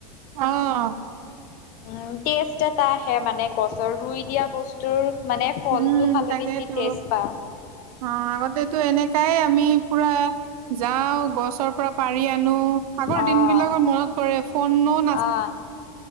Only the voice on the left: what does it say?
উম' টেষ্ট এটা আহে মানে গছৰ, ৰুই দিয়া বস্তুৰ মানে ফলটো
খালে
বেছি টেষ্ট পাওঁ।
অ',
অ'